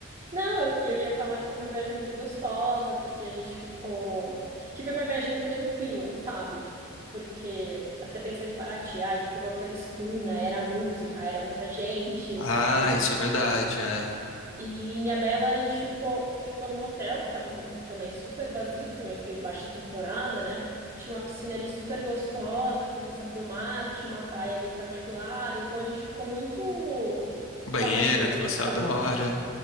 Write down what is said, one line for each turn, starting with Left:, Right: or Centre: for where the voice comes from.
Right: Não, eu, eu ia falar que foi uma viagem muito gostosa, porque a gente ficou. Que foi uma viagem tranquila, sabe? Porque, até pensando em Paraty, ah, a gente pegou aquela escuna, era música, era muita gente,
Left: Ah,
Right: sabe?
Left: isso é verdade. É.
Right: E em Ilhabela a gente ficou, ficou num hotel que tava também super vazio, também foi baixa temporada, né? Tinha uma piscina ali super gostosa, com vista para o mar, tinha uma praia ali particular, então a gente ficou muito só
Left: Banheira
Right: nós dois,
Left: que
Right: praticamente.
Left: você adora.